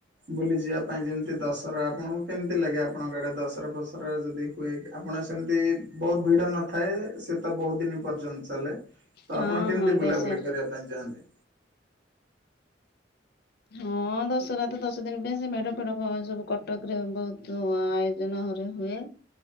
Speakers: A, on the right; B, on the left.
A: ବୁଲିଯିବା ପା ଇଁ ଯେମିତି ଦଶରା ଆପଣଙ୍କୁ କେମିତି ଲାଗେ ଆପଣଙ୍କ ଆଡେ ଦଶରା ଫସରା ଯଦି ହୁଏ ଆପଣ ସେମତି ବହୁତ ଭିଡ ନଥାଏ ସେ ତ ବହୁତ ଦିନ ପର୍ଯ୍ୟନ୍ତ। ଚାଲେ ତ
B: ହଁ
A: ଆପଣ କେମିତି
B: ହଁ
A: ବୁଲାବୁଲି
B: ଦଶହରା
A: କରିବା ପାଇଁ ଯାଆନ୍ତି?
B: ହଁ ଦଶରା ତ ଦଶ ଦିନ ପାଇଁ ସେ ମେଢ ଫେଢ କଣ ସବୁ କଟକ ରେ ବହୁତୁ ଆୟୋଜନ। ଘରେ ହୁଏ।